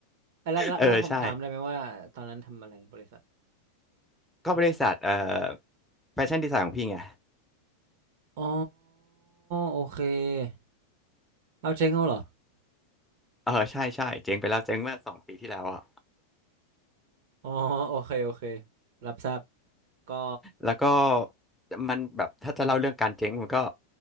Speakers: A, on the right; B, in the centre.
A: เอ้ยแล้วแล้วแล้วผมถามได้ไหมว่าตอนนั้นทำอะไรบริษัท
B: เออใช่ก็บริษัทเอ่อแฟชั่นดีไซน์ของพี่ไง
A: อ๋อโอเค เอาเชงเอาเหรอ
B: เออใช่ใช่เจ๊งไปแล้วเจ๊งเมื่อสองปีที่แล้วอะ
A: อ๋อโอเคโอเครับทราบก็
B: แล้วก็มันแบบถ้าจะเล่าเรื่องการเจ๊งมันก็